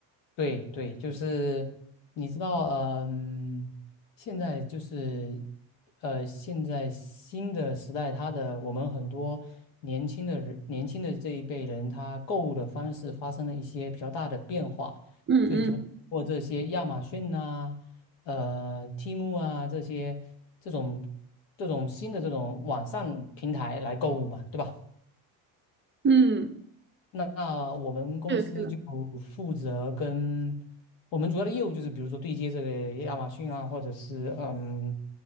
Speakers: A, on the left; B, on the right.
A: 对对，就是你知道，嗯，现在就是，呃，现在新的时代，它的我们很多年轻的人，年轻的这一辈人，他购物的方式发生了一些比较大的变化，
B: 嗯嗯
A: 就主要通过这些亚马逊啊、呃、Temu 啊这些这种这种新的这种网上平台来购物嘛，对吧？
B: 嗯，
A: 那我们公司就负责跟
B: 是的，是的，
A: 我们主要的业务就是，比如说对接这个亚马逊啊，或者是嗯，